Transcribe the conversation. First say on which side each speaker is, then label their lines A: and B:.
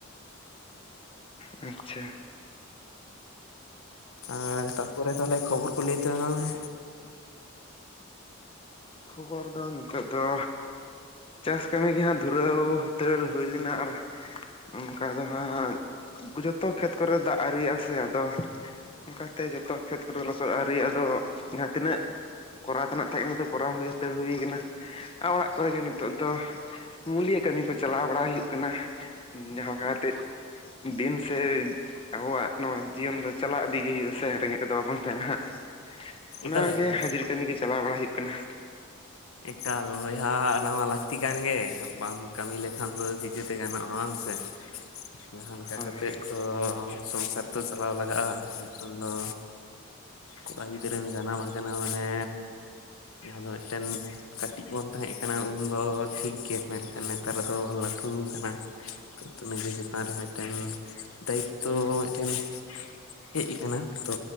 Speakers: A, on the left; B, on the left.
A: ᱟᱪᱷᱟ
B: ᱟᱨ ᱛᱟᱯᱚ ᱨᱮ ᱛᱟᱦᱞᱮ ᱠᱷᱚᱵᱚᱨ ᱠᱚ ᱞᱟᱹᱭ ᱛᱟᱞᱟᱝ ᱢᱮ
A: ᱠᱷᱚᱵᱚᱨ ᱫᱚ ᱱᱤᱛᱚᱜ ᱫᱚ ᱪᱟᱥ ᱠᱟᱹᱢᱤ ᱜᱮ ᱦᱟᱸᱜ ᱫᱷᱩᱨᱟᱹᱣ ᱦᱛᱟᱹᱲ ᱦᱩᱭ ᱞᱮᱱᱟ ᱟᱨ ᱚᱱᱠᱟ ᱫᱚ ᱦᱟᱸᱜ ᱡᱚᱛᱚ ᱠᱷᱮᱛ ᱠᱚᱨᱮ ᱫᱟᱜ ᱟᱹᱨᱤᱭᱟ ᱥᱮ ᱟᱫᱚ ᱚᱱᱠᱟᱛᱮ ᱡᱚᱛᱚ ᱠᱷᱮᱛ ᱠᱚᱨᱮ ᱞᱚᱥᱚᱫ ᱟᱹᱨᱤ ᱟᱼᱫᱚ ᱡᱟᱦᱟᱸ ᱛᱤᱱᱟᱹᱜ ᱠᱚᱨᱟᱣ ᱛᱮᱱᱟᱜ ᱛᱟᱦᱮᱸ ᱚᱱᱟ ᱫᱚ ᱠᱚᱨᱟᱣ ᱦᱩᱭ ᱦᱛᱟᱹᱲ ᱦᱩᱭ ᱠᱟᱱᱟ ᱟᱨ ᱚᱲᱟᱜ ᱠᱚᱨᱮ ᱜᱮ ᱱᱤᱛᱚᱜ ᱫᱚ ᱢᱩᱞᱤᱭᱟᱹ ᱠᱟᱹᱢᱤ ᱠᱚ ᱪᱟᱞᱟᱼᱣ ᱵᱟᱲᱟ ᱦᱩᱭᱩᱜ ᱠᱟᱱᱟ ᱡᱟᱦᱟᱸ ᱞᱮᱠᱟᱛᱮ ᱫᱤᱱ ᱥᱮ ᱟᱵᱚᱣᱟᱜ ᱱᱚᱣᱟ ᱡᱤᱭᱚᱱ ᱫᱚ ᱪᱟᱞᱟᱣ ᱤᱫᱤᱜᱮ ᱦᱩᱭᱩᱜᱼᱟ ᱥᱮ ᱨᱮᱸᱜᱮᱡ ᱛᱮᱫᱚ ᱵᱟᱵᱚᱱ ᱛᱟᱦᱮᱱᱟ ᱦᱟᱸᱜ ᱚᱱᱟ
B: ᱮᱠᱟᱞ ᱮᱠᱟᱞ
A: ᱜᱮ ᱦᱟᱹᱡᱨᱤ ᱠᱟᱹᱢᱤᱜᱮ ᱪᱟᱞᱟᱣ ᱵᱟᱲᱟ ᱦᱩᱭᱩᱜ ᱠᱟᱱᱟ
B: ᱮᱠᱟ ᱵᱚᱭᱦᱟ ᱱᱚᱣᱟ ᱞᱟᱹᱠᱛᱤ ᱠᱟᱱ ᱜᱮ ᱵᱟᱝ ᱠᱟᱹᱢᱤ ᱞᱮᱠᱷᱟᱱ ᱫᱚ ᱪᱤᱠᱟᱹᱛᱮ ᱜᱟᱱᱚᱜᱼᱟ ᱵᱟᱝ ᱥᱮ ᱡᱟᱦᱟᱸ ᱞᱮᱠᱟ
A: ᱦᱳᱭ
B: ᱠᱟᱛᱮᱫ ᱛᱚ ᱥᱚᱝᱥᱟᱨ ᱫᱚ ᱪᱟᱞᱟᱣ ᱞᱟᱜᱟᱜᱼᱟ ᱡᱚᱠᱷᱚᱱ ᱫᱚ ᱠᱚᱲᱟ ᱜᱤᱫᱽᱨᱟᱹᱢ ᱡᱟᱱᱟᱢᱠᱟᱱᱟ ᱢᱟᱱᱮ ᱡᱟᱦᱟᱸ ᱫᱚ ᱢᱤᱫᱴᱮᱱ ᱠᱟᱹᱴᱤᱡ ᱵᱚᱱ ᱛᱟᱦᱮᱸ ᱠᱟᱱᱟ ᱩᱱᱫᱚ ᱴᱷᱤᱠ ᱜᱮ ᱢᱮᱱᱠᱷᱟᱱ ᱱᱮᱛᱟᱨ ᱫᱚ ᱞᱟᱹᱴᱷᱩ ᱟᱠᱟᱱᱟ᱾ <inaudible> ᱛ ᱱᱤᱡᱮ ᱪᱮᱛᱟᱱ ᱨᱮ ᱢᱤᱫᱴᱮᱱ ᱫᱟᱭᱤᱛᱛᱚ ᱢᱤᱫᱴᱮᱱ ᱦᱮᱡ ᱟᱠᱟᱱᱟ ᱛᱚ